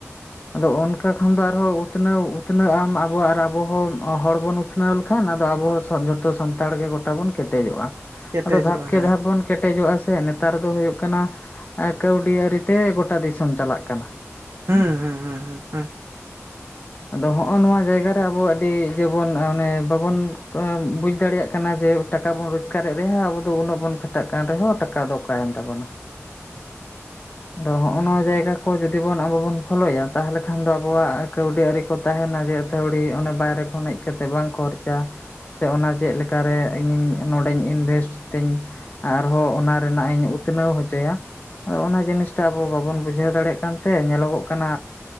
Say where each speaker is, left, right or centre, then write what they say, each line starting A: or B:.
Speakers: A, on the left; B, on the right.
A: ᱟᱫᱚ ᱚᱱᱠᱟ ᱠᱷᱟᱱ ᱫᱚ ᱩᱛᱱᱟᱹᱣ ᱩᱛᱱᱟᱹᱜ ᱟᱢ ᱟᱵᱚ ᱟᱵᱚ ᱦᱚᱸ ᱦᱚᱲ ᱵᱚᱱ ᱩᱛᱱᱟᱹᱣ ᱞᱮᱠᱷᱟᱱ ᱟᱫᱚ ᱟᱵᱚ ᱦᱚᱸ ᱡᱷᱚᱛᱚ ᱥᱟᱱᱛᱟᱲ ᱜᱮ ᱜᱚᱴᱟ ᱵᱚᱱ ᱠᱮᱴᱮᱡᱚᱜ-ᱟ
B: ᱠᱮᱴᱮᱡᱚᱜᱼᱟ
A: ᱟᱫᱚ ᱫᱷᱟᱯᱠᱮ
B: ᱦᱮᱸ
A: ᱫᱷᱟᱯ ᱵᱚᱱ ᱠᱮᱴᱮᱡᱚᱜ-ᱟ ᱥᱮ ᱱᱮᱛᱟᱨ ᱫᱚ ᱦᱩᱭᱩᱜ ᱠᱟᱱᱟ ᱠᱟᱹᱣᱰᱤ ᱟᱹᱨᱤᱛᱮ ᱜᱚᱴᱟ ᱫᱤᱥᱚᱢ ᱪᱟᱞᱟᱜ ᱠᱟᱱᱟ ᱾
B: ᱦᱩᱸ ᱦᱩᱸ ᱦᱩᱸ ᱦᱩᱸ ᱦᱩᱸ
A: ᱟᱫᱚ ᱦᱚᱜ-ᱚ ᱱᱚᱣᱟ ᱡᱟᱭᱜᱟ ᱨᱮ ᱟᱵᱚ ᱟᱹᱰᱤ ᱤᱭᱟᱹᱵᱚᱱ ᱱᱟᱢᱮ ᱵᱟᱵᱚᱱ ᱵᱩᱡᱽ ᱫᱟᱲᱮᱭᱟᱜ ᱠᱟᱱᱟ ᱡᱮ ᱴᱟᱠᱟ ᱵᱚᱱ ᱨᱳᱡᱽᱜᱟᱨᱮᱫ ᱨᱮᱦᱚᱸ ᱟᱵᱚ ᱩᱱᱟᱹᱜ ᱵᱚᱱ ᱠᱷᱟᱴᱟᱜ ᱠᱟᱱ ᱨᱮᱦᱚᱸ ᱴᱟᱠᱟ ᱫᱚ ᱚᱠᱟᱭ ᱮᱱ ᱛᱟᱵᱚᱱᱟ ᱾
B: ᱦᱮᱸ <inaudible>
A: ᱟᱫᱚ ᱦᱚᱜ-ᱚᱭ ᱱᱚᱣᱟ ᱡᱟᱭᱜᱟ ᱠᱚ ᱡᱩᱫᱤ ᱵᱚᱱ ᱟᱵᱚ ᱵᱚᱱ ᱯᱷᱚᱞᱳᱭᱟ ᱛᱟᱦᱚᱞᱮ ᱠᱷᱟᱱ ᱫᱚ ᱟᱵᱚᱣᱟᱜ ᱠᱟᱹᱣᱰᱤ ᱾ ᱟᱹᱨᱤ ᱠᱚ ᱛᱟᱦᱮᱱᱟ ᱡᱮ ᱟᱹᱛᱷᱟᱹᱣᱲᱤ ᱚᱱᱮ ᱵᱟᱭᱨᱮ ᱠᱷᱚᱱ ᱦᱮᱡ ᱠᱟᱛᱮᱫ ᱵᱟᱝ ᱠᱷᱚᱨᱪᱟ ᱾ ᱥᱮ ᱚᱱᱟ ᱪᱮᱫ ᱞᱮᱠᱟᱨᱮ ᱤᱧᱤᱧ ᱱᱚᱰᱮᱧ ᱤᱱᱵᱷᱮᱥᱴ ᱛᱤᱧ ᱟᱨᱦᱚᱸ ᱚᱱᱟ ᱨᱮᱱᱟᱜ ᱤᱧ ᱩᱛᱱᱟᱹᱣ ᱦᱚᱪᱚᱭᱟ ᱾ ᱟᱫᱚ ᱚᱱᱟ ᱡᱤᱱᱤᱥᱴᱟ ᱟᱵᱚ ᱵᱟᱵᱚᱱ ᱵᱩᱡᱷᱟᱹᱣ ᱫᱟᱲᱮᱭᱟᱜ ᱠᱟᱱᱛᱮ ᱧᱮᱞᱚᱜ-ᱜᱚᱜ ᱠᱟᱱᱟ